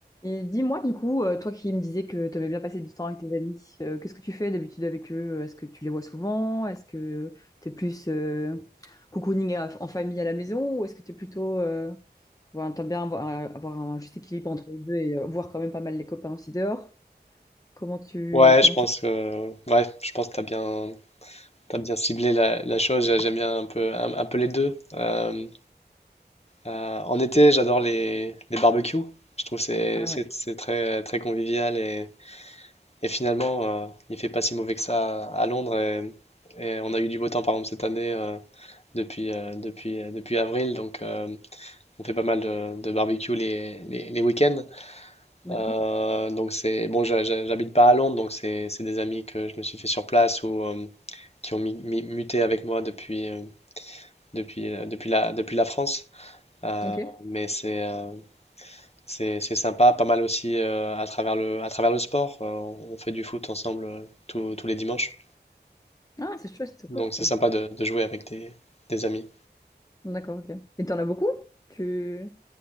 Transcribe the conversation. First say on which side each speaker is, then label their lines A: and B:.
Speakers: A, on the left; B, on the left.
A: Et dis-moi du coup, euh, toi qui me disais que tu aimais bien passer du temps avec tes amis, euh, qu'est-ce que tu fais d'habitude avec eux? Est-ce que tu les vois souvent? Est-ce que tu es plus euh, cocooning à- en famille à la maison ou est-ce que tu es plutôt... Euh, voilà, t'aimes bien avoir, euh, avoir un juste équilibre entre les deux et euh, voir quand même pas mal les copains aussi dehors? Comment tu...
B: Ouais,
A: Comment
B: je pense
A: ça...
B: que ouais, je pense que t'as bien t'as bien ciblé la, la chose. J'a- J'aime bien un peu un, un peu les deux. Euh, euh, en été, j'adore les, les barbecues. Je trouve que c'est
A: Ah
B: c'est
A: ouais,
B: c'est très très convivial et, et finalement euh, il fait pas si mauvais que ça à Londres et, et on a eu du beau temps par exemple cette année euh, depuis euh, depuis euh, depuis avril donc euh, on fait pas mal de, de barbecues les, les les week-ends.
A: d'accord.
B: Euh, donc c'est bon, j'ha- j'ha- j'habite pas à Londres, donc c'est c'est des amis que je me suis fait sur place ou euh, qui ont mi- mi- muté avec moi depuis, euh, depuis, euh, depuis la, depuis la France. Euh,
A: Ok.
B: mais c'est euh, c'est, c'est sympa, pas mal aussi euh, à travers le, à travers le sport. Euh, on on fait du foot ensemble euh, tous, tous les dimanches.
A: Ah, c'est chouette, c'est
B: Donc
A: chouette.
B: c'est
A: ça.
B: sympa de, de jouer avec des, des amis.
A: D'accord, ok. Et t'en as beaucoup? Tu...